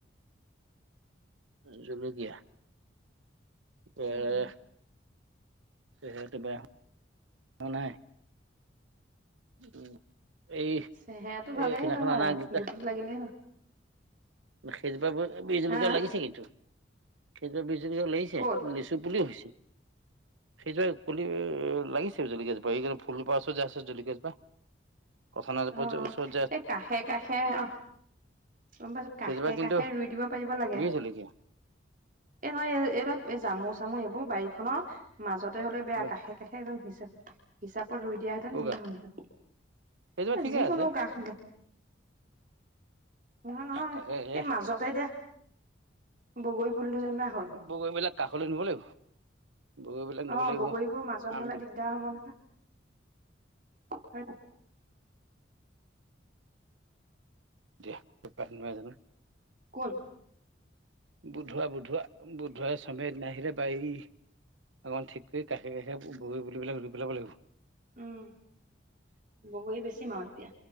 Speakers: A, on the right (about 85°); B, on the right (about 45°).
A: জলকীয়া এ-
B: উম
A: সেইটো বেয়া হোৱা নাই। উম এই
B: চেহেৰাটো
A: এই
B: ভালেই
A: সেইনাখন
B: হয়
A: অনাৰ আনা দুটা-
B: গুটিটো লাগিলেই হ'ল
A: সেইজোপাৰ বি জলকীয়াও
B: হা
A: লাগিছে কিন্তু সেইজোপাৰ বি জলকীয়াও লাগি ছে
B: ক'ত
A: লেচু পুলিও হৈছে। সেই জোপাই কুলি লাগিছে, জলিকীয়া জোপা এই ফুলা কেইপা যে আছে যে জলিকা- যা কঠাল জোপাৰ
B: অ অ
A: ওচৰত
B: এই কাষে কাষে আহ। গম পাইছো
A: সেইজোপা
B: কাষে
A: কিন্তু
B: কাষে ৰুই দিব পাৰিব লাগে।
A: বিহ জলকীয়া
B: এ নহয় এই এই এ জামু চামো এইবোৰ বাৰীখনৰ। মাজতে হলে বেয়া
A: হেল্ল'
B: কাষে কাষে একজন হিচাপ হিচাপত ৰুই দিয়াহেতেন
A: কৌগা
B: সেই হলহেতেন।
A: সেইজোপা
B: এ
A: ঠিকে
B: যিকোনো
A: আছে
B: কাহ দে। নহয় নহয়
A: তাকে হে
B: এই মাজতে দে বগৰী পুলিটো যেনিবা হ'ল।
A: বগৰী এইবিলাক কাষলৈ নিব লাগিব। বগৰীবিলাক নিব
B: অ
A: লাগিব
B: বগৰীবোৰ মাজত
A: আম
B: হলে দিগদাৰ হব নহয় হয়তো
A: দিয়া নোপাই জানো।
B: কোন
A: বুধোৱা বুধোৱা বুধোৱা সমিৰে আহিলে বাই- অকণ ঠিক কৰি কাষে কাষে বগৰি পুলি বিলাক ৰুই পেলাব লাগিব।
B: উম বগৰী বেছিম আও তেতিয়া